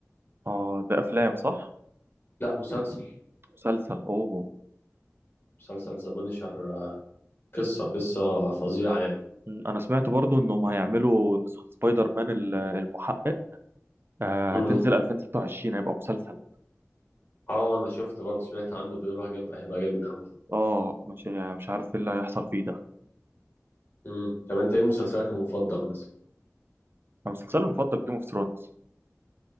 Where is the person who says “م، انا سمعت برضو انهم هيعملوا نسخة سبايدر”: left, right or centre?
Right